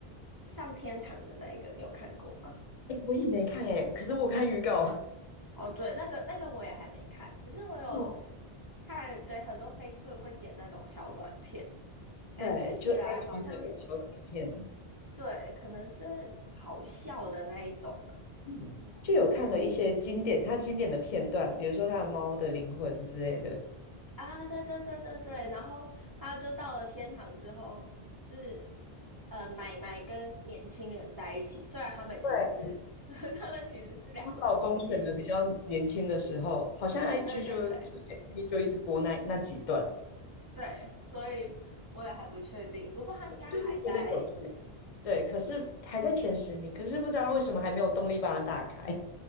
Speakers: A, on the right (about 30°); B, on the left (about 40°).
A: 上天堂的那一个，你有看过吗？
B: 你也没看哎，可是我看预告，<laughs>
A: 哦，对，那个那个我也还没看，只是我有
B: 哦，
A: 看，对，很多 Facebook 会剪那种小短片，感觉起来好像
B: 对，就 IG 的小短片。
A: 对，可能是好笑的那一种。
B: 嗯就有看了一些经典，他经典的片段，比如说他的《猫的灵魂》之类的。
A: 啊，对对对对对，然后他就到了天堂之后是呃奶奶跟年轻人在一起，虽然他们其实是
B: 对，
A: <laughs> 他们其实是两个夫妻，
B: 她老公选的比较年轻的时候，好像 IG
A: 对对对
B: 就就 F B 就一直播那那几段，
A: 对，所以我也还不确定，不过他应该还在，
B: 就会觉得有趣。对，可是还在前十名，可是不知道为什么还没有动力把它打开。